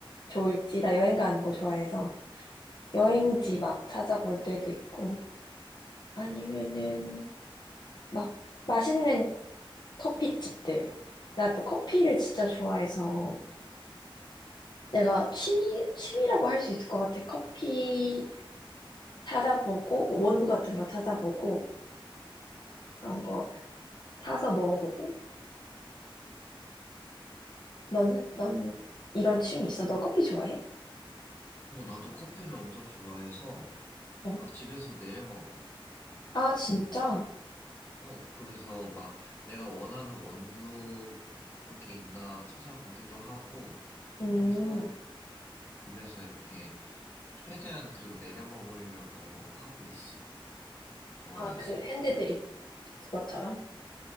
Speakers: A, on the left; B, on the left.
A: 좋을지 나 여행 가는 거 좋아해서 여행지 막 찾아볼 때도 있고, 아니면은 막 맛있는 커피집들. 나도 커피를 진짜 좋아해서 내가 취미, 취미라고 할 수 있을 것 같아. 커피 찾아보고, 뭐 원두 같은 거 찾아보고, 그런 거 사서 먹어보고. 너는? 넌 이런 취미 있어? 너 커피 좋아해?
B: 어, 나도 커피를 엄청 좋아해서
A: 어.
B: 막 집에서 내려 먹어.
A: 아, 진짜?
B: 어, 그래서 막 내가 원하는 원두 이렇게 있나 찾아보기도 하고
A: 음.
B: 해서 집에서 이렇게 최대한 그리고 내려 먹으려고 하고 있어. 좋아해서.
A: 아, 그 핸드드립 그것처럼?